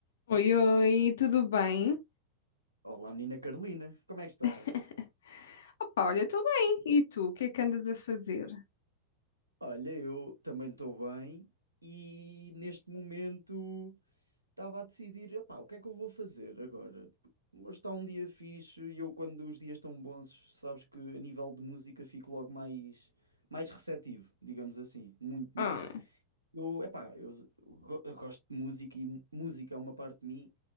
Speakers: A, on the left; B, on the right.
A: Oi, oi, tudo bem?
B: Olá, menina Carolina, como é que estás?
A: <laughs> Opa, olha, tudo bem. E tu, o que é que andas a fazer?
B: Olha, eu também estou bem e neste momento estava a decidir, epá, o que é que eu vou fazer agora? Hoje está um dia fixe e eu, quando os dias estão bons, sabes que a nível de música fico logo mais, mais receptivo, digamos assim, muito
A: Ah,
B: mais. Eu, epá, eu, eu go- eu gosto de música e mu- música é uma parte de mim,